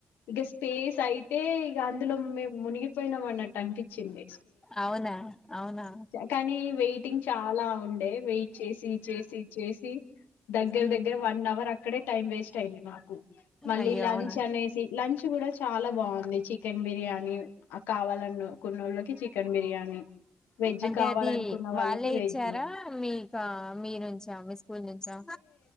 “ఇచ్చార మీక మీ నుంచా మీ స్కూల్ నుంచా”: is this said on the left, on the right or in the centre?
Left